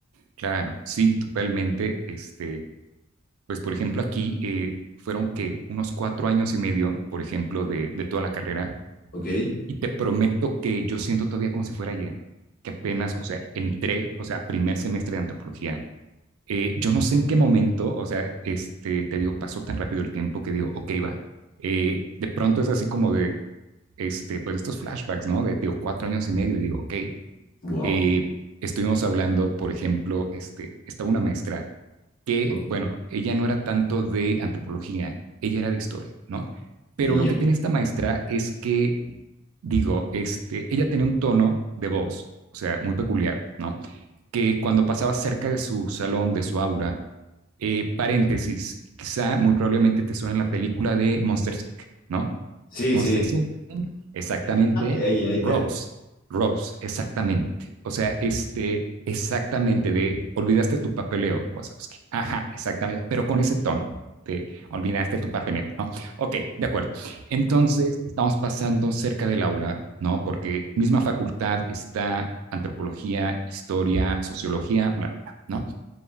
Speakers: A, on the right; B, on the left.
A: claro, sí, totalmente, este, pues por ejemplo aquí eh, fueron que unos cuatro años y medio, por ejemplo, de, de toda la carrera,
B: ¿ok?
A: y te prometo que yo siento todavía como si fuera ayer, que apenas, o sea, entré, o sea, primer semestre de antropología Eh, yo no sé en qué momento, o sea, este, te digo, pasó tan rápido el tiempo que digo, ok, va. Eh, de pronto es así como de, este, pues estos flashbacks, ¿no? De, digo, cuatro años y medio y digo, ok,
B: Wow.
A: eh, estuvimos hablando, por ejemplo, este, estaba una maestra que,
B: ok,
A: bueno, ella no era tanto de antropología, ella era de historia, ¿no? Pero
B: Ya.
A: lo que tiene esta maestra es que, digo, este, ella tenía un tono de voz, o sea, muy peculiar, ¿no? Que cuando pasaba cerca de su salón, de su aula, eh, paréntesis, quizá muy probablemente te suene la película de Monster Inc., ¿no?
B: Sí,
A: Monster
B: sí.
A: Inc., exactamente.
B: Ya, ya,
A: Rose,
B: ya.
A: Rose, exactamente. O sea, este, exactamente de olvidaste tu papeleo, Wazowski. Ajá, exactamente, pero con ese tono. Te olvidaste tu papeleo, ¿no? Ok, de acuerdo. Entonces, estamos pasando cerca del aula, ¿no? Porque misma facultad está antropología, historia, sociología, bla, bla, bla, ¿no?